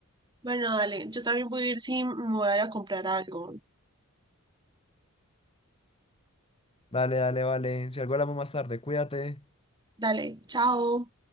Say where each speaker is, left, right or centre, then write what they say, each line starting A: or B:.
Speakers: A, on the right; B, on the left.
A: Bueno, dale, yo también voy a ir si me voy a ir a comprar algo.
B: Dale, dale, vale. Si algo hablamos más tarde, cuídate.
A: Dale, chao.